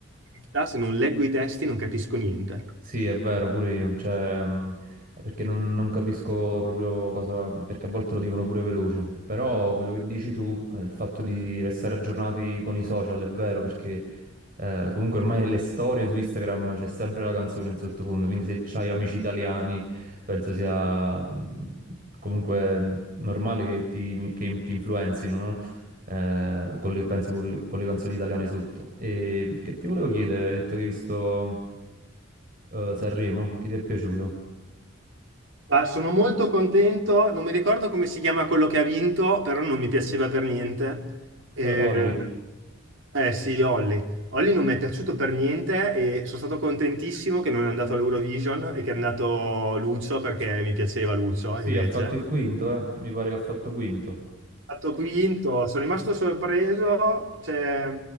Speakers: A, on the right (about 65°); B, on the right (about 45°).
A: in realtà se non leggo i testi non capisco niente.
B: Sì, è vero, pure io, cioè, mh, perché non, non capisco proprio cosa, perché a volte lo dicono pure veloce, però quello che dici tu, eh, il fatto di restare aggiornati con i social è vero, perché eh, comunque ormai le storie su Instagram c'è sempre la canzone in sottofondo, quindi se c'hai amici italiani penso sia mh, comunque normale che ti, che ti influenzino, no? eh, con le, penso con le, con le canzoni italiane sotto. E che ti volevo chiedere, hai detto che hai visto eh, Sanremo, chi ti è piaciuto?
A: Ah, sono molto contento, non mi ricordo come si chiama quello che ha vinto, però non mi piaceva per niente. Ehm,
B: Eh, Olli,
A: Eh sì, Olli. Olli non mi è piaciuto per niente e sono stato contentissimo che non è andato all'Eurovision e che è andato Lucio perché mi piaceva Lucio
B: sì,
A: invece
B: ha fatto il quinto, eh, mi pare che ha fatto quinto.
A: fatto quinto, sono rimasto sorpreso, cioè,